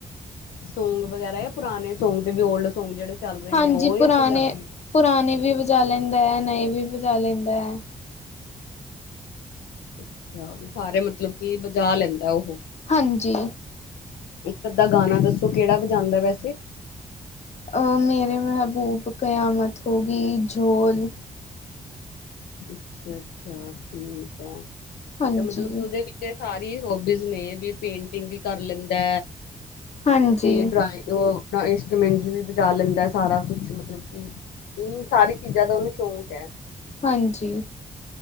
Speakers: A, on the left; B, on the left.
A: ਸੌਂਗ ਵਗੈਰਾ ਆ ਪੁਰਾਣੇ ਸੌਂਗ ਤੇ ਵੀ ਓਲਡ ਸੌਂਗ ਜਿਹੜੇ ਚੱਲ ਰਹੇ
B: ਹਾਂਜੀ
A: ਨੇ ਉਹ
B: ਪੁਰਾਣੇ-ਪੁਰਾਣੇ
A: ਜਾਂ ਪੰਜਾਬੀ
B: ਵੀ ਵਜਾ ਲੈਂਦਾ ਐ ਨਵੇਂ ਵੀ ਵਜਾ ਲੈਂਦਾ ਐ।
A: ਅੱਛਾ ਵੀ ਸਾਰੇ ਮਤਲਬ ਕਿ ਬਜਾ ਲੈਂਦਾ ਉਹ
B: ਹਾਂਜੀ
A: ਇੱਕ ਅੱਧਾ ਗਾਣਾ ਦੱਸੋ ਕਿਹੜਾ ਵਜਾਉਂਦਾ ਵੈਸੇ
B: ਅਹ ਮੇਰੇ ਮਹਿਬੂਬ ਕਿਆਮਤ ਹੋ ਗਈ ਝੋਲ
A: ਅੱਛਾ-ਅੱਛਾ ਠੀਕ ਹੈ
B: ਹਾਂਜੀ
A: ਤੇ ਮਤਲਬ ਕਿ ਉਹਦੇ ਵਿੱਚ ਸਾਰੇ ਹੋਬੀਜ਼ ਨੇ ਵੀ ਪੇਂਟਿੰਗ ਵੀ ਕਰ ਲੈਂਦਾ
B: ਹਾਂਜੀ
A: ਤੇ ਡਰਾਇਗ ਉਹ ਇੰਸਟੂਮੈਂਟ ਵੀ ਵਜਾ ਲੈਂਦਾ ਸਾਰਾ ਕੁਛ ਮਤਲਬ ਕਿ ਇਨ ਸਾਰੀ ਚੀਜ਼ਾਂ ਦਾ ਉਹਨੂੰ ਸ਼ੌਕ ਹੈ।
B: ਹਾਂਜੀ